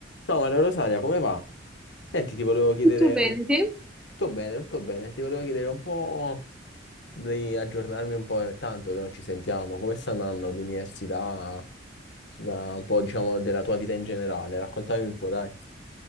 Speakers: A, on the left (about 70°); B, in the centre.
A: Ciao Maria Rosaria, come va? Senti, ti volevo chiedere
B: Tutto bene,
A: un...
B: te?
A: Tutto bene, tutto bene. Ti volevo chiedere un po' di aggiornarmi un po', è tanto che non ci sentiamo. Come sta andando l'università? Sulla- Un po', diciamo, della tua vita in generale. Raccontami un po', dai.